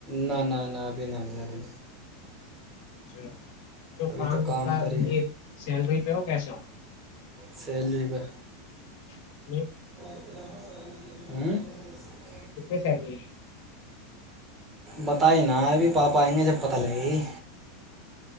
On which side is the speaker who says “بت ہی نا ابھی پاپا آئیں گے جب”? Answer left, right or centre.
Right